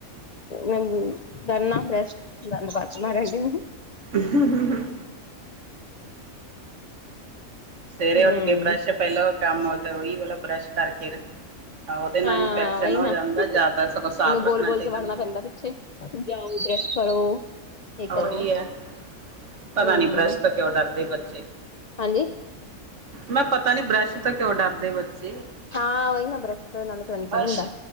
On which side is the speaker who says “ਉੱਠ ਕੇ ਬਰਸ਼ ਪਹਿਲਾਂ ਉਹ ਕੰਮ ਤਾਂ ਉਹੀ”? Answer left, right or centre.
Right